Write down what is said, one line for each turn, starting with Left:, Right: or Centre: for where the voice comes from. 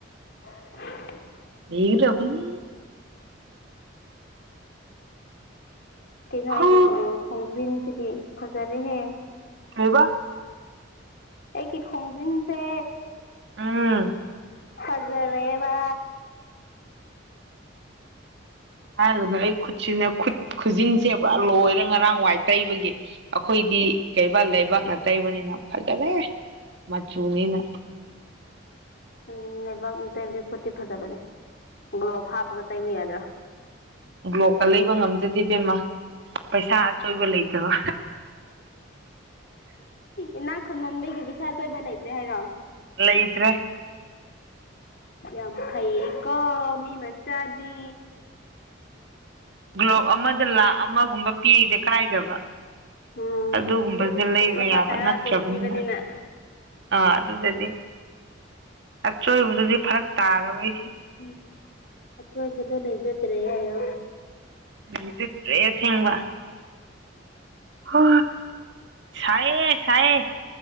Left: <inaudible>
Right: ꯌꯦ꯭ꯔꯕꯅꯤ
Left: ꯀꯩꯅꯣ ꯑꯩꯒꯤ
Right: ꯍꯣ
Left: ꯈꯣꯡꯖꯤꯟꯁꯤꯗꯤ ꯐꯖꯔꯦꯍꯦ
Right: ꯀꯩꯕ
Left: ꯑꯦ ꯀ ꯈꯣꯡꯖꯤꯤꯟꯁꯦ
Right: ꯑꯥ
Left: ꯐꯖꯔꯦꯕ
Right: ꯍꯥꯏꯗꯨꯅ ꯑꯩ ꯈꯨꯠꯁꯤꯅ ꯈꯨꯠ ꯈꯨꯖꯁꯤꯡꯁꯦ ꯂꯣꯏꯔ ꯉꯔꯥꯡ ꯋꯥꯏ ꯇꯩꯕꯒꯤ ꯑꯩꯈꯣꯏꯗꯤ ꯀꯩꯕꯥꯜ ꯂꯩꯕꯥꯛꯅ ꯇꯩꯕꯅꯤꯅ ꯐꯖꯔꯦ ꯃꯆꯨꯅꯤꯅ
Left: ꯎꯝ ꯂꯩꯕꯥꯛꯅꯨꯡ ꯇꯩꯕꯗꯤ ꯈꯣꯠꯇꯤ ꯐꯖꯕꯅꯦ ꯒ꯭ꯂꯣꯞ ꯍꯥꯞꯄꯒ ꯇꯩꯕ ꯌꯥꯗ꯭ꯔꯥ
Right: ꯕ꯭ꯂꯣꯛꯀ ꯂꯩꯕ ꯉꯝꯖꯗꯦꯕꯦꯝꯃ ꯄꯩꯁꯥ ꯑꯆꯣꯏꯕ ꯂꯩꯇꯕ
Left: ꯏꯅꯥꯛ ꯈꯨꯟꯃꯟꯕꯒꯤ ꯄꯩꯁꯥ ꯑꯁꯣꯏꯕ ꯂꯩꯇ꯭ꯔꯦ ꯍꯥꯏꯔꯣ
Right: ꯂꯩ ꯏꯇ꯭ꯔꯦ
Left: ꯌꯥꯝ ꯐꯩ ꯀꯣ ꯃꯤ ꯃꯆꯥꯗꯤ
Right: ꯒ꯭ꯂꯣꯞ ꯑꯃꯗ ꯂꯥꯈ ꯑꯃꯒꯨꯝꯕ ꯄꯤꯔꯤꯗꯦ ꯀꯥꯏꯗꯕ
Left: ꯎꯝ
Right: ꯑꯗꯨꯒꯨꯝꯕꯁꯨ ꯂꯩꯕ
Left: ꯂꯨꯄꯥ
Right: ꯌꯥꯕ
Left: ꯇꯔꯥ
Right: ꯅꯠꯇ꯭ꯔꯕꯅꯤꯅ
Left: ꯀꯨꯟ ꯄꯤꯕꯅꯤꯅ
Right: ꯑꯥ ꯑꯗꯨꯗꯗꯤ ꯑꯆꯣꯏꯕꯗꯨꯗꯤ ꯐꯔꯛ ꯇꯥꯔꯕ ꯑꯩꯁꯦ
Left: ꯎꯝ ꯑꯆꯣꯏꯕꯗꯜ ꯂꯩꯖꯗ꯭ꯔꯦ ꯍꯥꯏꯣ
Right: ꯂꯩꯁꯤꯗ꯭ꯔꯦꯦꯡꯕ ꯍ ꯁꯌꯦ ꯁꯑꯌꯦ